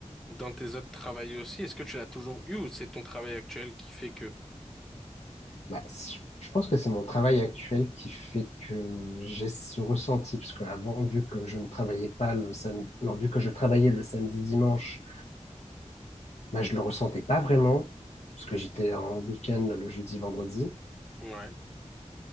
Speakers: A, in the centre; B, on the left.
A: dans tes autres travails aussi? Est-ce que tu l'as toujours eu ou c'est ton travail actuel qui fait que?
B: Bah, c- je pense que c'est mon travail actuel qui fait que j'ai ce ressenti, parce qu'avant, vu que je ne travaillais pas le samedi, non, vu que je travaillais le samedi, dimanche, bah, je le ressentais pas vraiment, parce que j'étais en week-end le jeudi, vendredi.
A: Ouais.